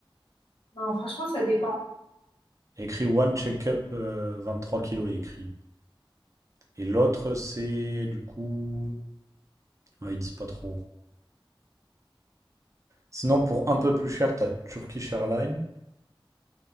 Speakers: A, on the left; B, on the right.
A: Non, franchement, ça dépend.
B: Écrit One check-up euh, trois kilos est écrit. Et l'autre, c'est du coup. Ouais, ils disent pas trop. Sinon, pour un peu plus cher, t'as Turkish Airlines.